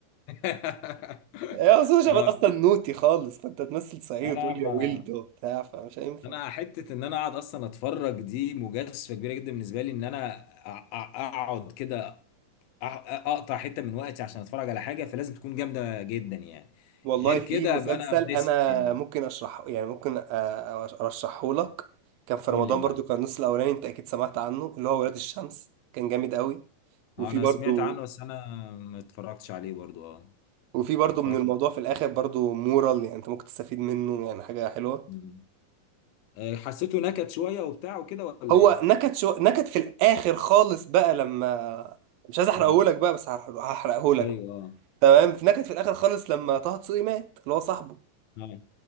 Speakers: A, on the left; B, on the right.
A: <laughs>
B: يا مصطفى
A: اه
B: شعبان اصلا نوتي خالص فانت تمثل صعيدي
A: انا
B: وتقول لي
A: ما
B: يا ولد وبتاع فمش هينفع
A: انا حته ان انا اقعد اصلا اتفرج دي مجازفه كبيره جدا بالنسبه لي ان انا أ- أ- اقعد كده أ- اقطع حته من وقتي عشان اتفرج على حاجه فلازم تكون جامده جدا يعني
B: والله
A: غير
B: في
A: كده
B: مسلسل
A: ابقى انا بريسك
B: انا
A: يعني
B: ممكن اشرحه يعني ممكن أ- ارشحه لك كان في رمضان
A: قول لي يا معلم
B: برضو كان النص الاولاني انت اكيد سمعت عنه اللي هو ولاد الشمس كان جامد قوي وفي
A: آه، انا
B: برضو
A: سمعت عنه بس انا ما اتفرجتش عليه برضو اه
B: وفي برضو
A: ما اتفرجتش
B: من الموضوع في الاخر برضو مورال يعني انت ممكن تستفيد منه يعني حاجة حلوة
A: مم. آه، حسيته نكت شويه وبتاع وكده ولا
B: هو
A: ايه
B: نكت شو نكت في الاخر خالص بقى لما مش عايز احرقه
A: اه
B: لك بقى بس هحرقه لك
A: ايوه اه
B: تمام في نكت في الاخر خالص لما طه دسوقي مات اللي هو صاحبه
A: اه